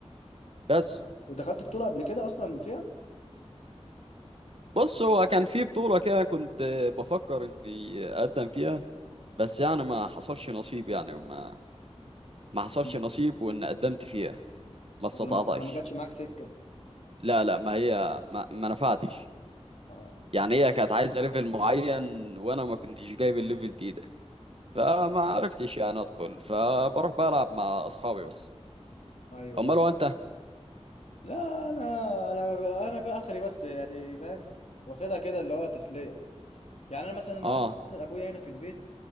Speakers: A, on the right (about 55°); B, on the left (about 70°).
A: بس
B: دخلت بطوله قبل كده اصلا فيها
A: بص هو كان في بطولة كده كنت بفكر إني أقدم فيها بس يعني ما حصلش نصيب يعني ما ما حصلش
B: أمم.
A: نصيب وإن قدمت فيها ما استطعتش
B: ولا ولا ما جاتش معاك سكه
A: لا لا ما هي ما, ما نفعتش
B: اه
A: يعني هي كانت عايزة ليفل معين وأنا ما كنتش جايب الليفل دي ده فما عرفتش يعني أدخل فبروح بلعب مع أصحابي بس
B: ايوه
A: أمال
B: أيوه.
A: هو أنت
B: لا انا انا انا كده اخري بس يعني فاهم واخدها كده اللي هو تسليه يعني انا مثلا
A: آه
B: عندي مثلاً ابويا هنا في البيت